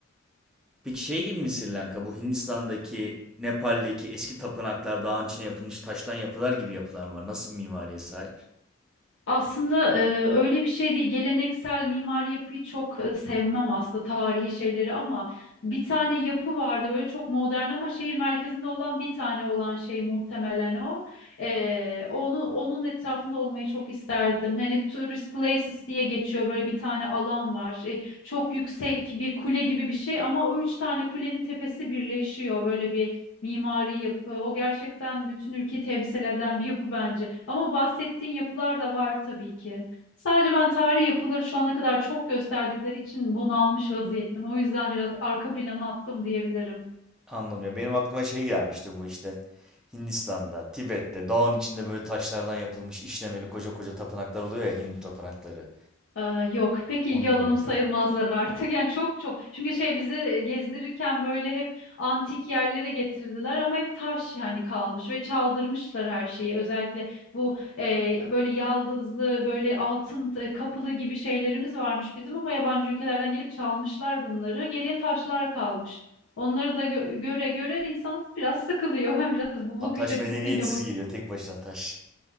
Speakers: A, in the centre; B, on the left.
A: Peki şey gibi mi Sri Lanka? Bu Hindistan'daki, Nepal'deki eski tapınaklar dağın içine yapılmış taştan yapılar gibi yapılar mı var? Nasıl bir mimariye sahip?
B: Aslında e, öyle bir şey değil. Geleneksel mimari yapıyı çok e, sevmem aslında tarihi şeyleri ama bir tane yapı vardı böyle çok modern ama şehir merkezinde olan bir tane olan şey muhtemelen o. E, onu onun etrafında olmayı çok isterdim. Hani tourist places diye geçiyor böyle bir tane alan var. E, çok yüksek bir kule gibi bir şey ama o üç tane kulenin tepesi birleşiyor böyle bir mimari yapı. O gerçekten bütün ülkeyi temsil eden bir yapı bence. Ama bahsettiğin yapılar da var tabii ki. Sadece ben tarihi yapıları şu ana kadar çok gösterdikleri için bunalmış vaziyettim. O yüzden biraz arka plana attım diyebilirim.
A: Anladım ya. Benim aklıma şey gelmişti bu işte. Hindistan'da, Tibet'te, dağın içinde böyle taşlardan yapılmış işlemeli koca koca tapınaklar oluyor ya Hindu tapınakları.
B: Ee, yok pek ilgi
A: Onun
B: alanım
A: gibi.
B: sayılmazlar artık yani çok çok çünkü şey bize gezdirirken böyle hep antik yerlere getirdiler ama hep taş hani kalmış ve çaldırmışlar her şeyi özellikle bu e, böyle yaldızlı böyle altın e, kapılı gibi şeylerimiz varmış bizim ama yabancı ülkelerden gelip çalmışlar bunları geriye taşlar kalmış onları da gö- göre göre insan biraz sıkılıyor <laughs> biraz bu
A: Ta-
B: bakış
A: taş
B: açısıyla
A: medeniyetsiz
B: bakıyor.
A: geliyor tek başına taş.